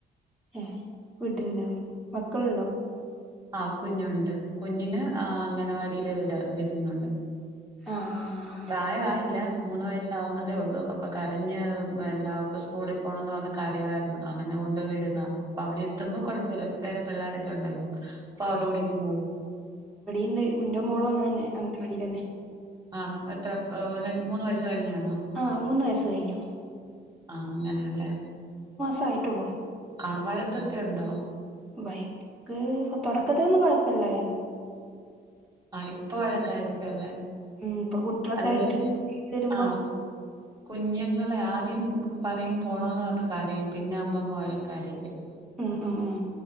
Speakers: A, in the centre; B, on the right.
A: ഏ <unintelligible> മക്കളുണ്ടോ
B: ആ കുഞ്ഞുണ്ട് കുഞ്ഞിന് അംഗനവാടിയില വിട വിട്ടുന്നുണ്ട്
A: ആഹ് ആഹ്
B: പ്രായ ആയില്ല മൂന്ന് വയസ ആവുന്നതേ ഉള്ളൂ അപ്പൊ കരഞ്ഞ് എന്താ അവൾക് സ്കൂളിൽ പോകണന്ന് പറഞ്ഞഞ് കരയാരിന്നു അങ്ങനെ കൊണ്ടു വിടുന്ന അവിടെ എത്തുമ്പോ കുഴപ്പമില്ല വേറെ പിള്ളോരൊക്കെ ഉണ്ടല്ലോ അവരോടിരുന്നോളും
A: <unintelligible> റ്റെ മോളും അങ്ങന തന്നെ അംഗനവാടി തന്നെ
B: ആണോ എത്ര രണ്ട മൂന്ന് വയസ് കഴിഞ്ഞാണോ
A: ആഹ് മൂന്ന് വയസ്സ് കഴിഞ്ഞു
B: ആ അങ്ങനെലെ
A: സയിട്ടുള്ളു
B: ആള വഴക്കൊക്കെ ഉണ്ടോ
A: ബൈക്ക് തൊടകത്തിലൊന്നും കൊഴപ്പില്ലായിരുന്നു
B: ആ ഇപ്പൊ വഴക്കായിരിക്ക അല്ലേ
A: ഉം ഇപ്പൊ കുട്ടികളൊക്കെ
B: അല്ലേലും
A: ആയിട്ട് വരുമ്പോ
B: ആ കുഞ്ഞുങ്ങളെ ആദ്യം പറയും പോണന്ന് പറഞ്ഞ കരയും പിന്നെ ആവുമ്പോ വഴക്കായിരിക്കും
A: ഉം ഉം ഉം